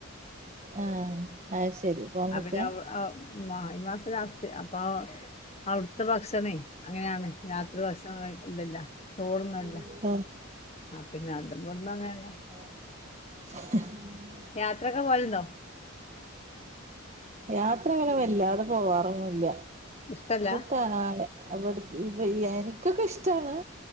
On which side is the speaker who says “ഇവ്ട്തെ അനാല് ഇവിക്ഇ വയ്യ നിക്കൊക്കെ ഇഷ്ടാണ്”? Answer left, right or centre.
Right